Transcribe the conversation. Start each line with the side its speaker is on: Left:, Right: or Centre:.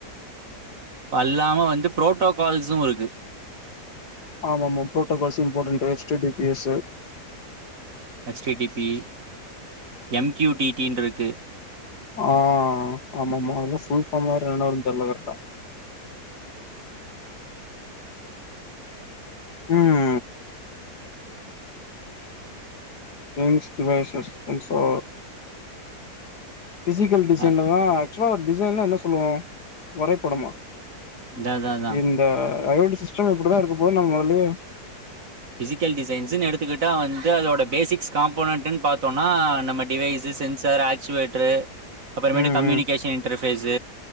Right: அல்லாம வந்து ப்ரோட்டோகால்ஸூ இருக்கு
Left: ஆமா ஆமா protocols இம்பார்ன்டட் hatched T P S
Right: H T T P M Q T டினு இருக்கு
Left: ஆ ஆமா ஆமா அதெல்லா ஃபுல்பாம் வெர என்னன்ன வரு தெரியல கரட்டா ம் இன்ஸ் டிவைசஸ் இன்ஷோ ஃபிசிக்கல் டிசைன்லதா
Right: அ
Left: ஆக்சுவலா டிசைன்லா என்ன சொல்லுவோ வரைபடமா
Right: அதா அதா அதா
Left: இந்த ஐ ஓ டி சிஸ்டம் இப்டிதா இருக்கு போல நம்ம அதுலயே
Right: ஃபிசிகல்ஸ் டிசைன்ஸ்ன்னு எடுத்துக்கிட்டா வந்து அதோட பேசிக்ஸ் காம்போன்னட் பாத்தோம்னா நம்ம டிவைஸ் தீ சென்சார் ஆக்சுவேட்ரு அப்பறோமேட்டு
Left: ம்
Right: கம்யூனிகேஷன்
Left: ம்
Right: இன்டர்பேஸ்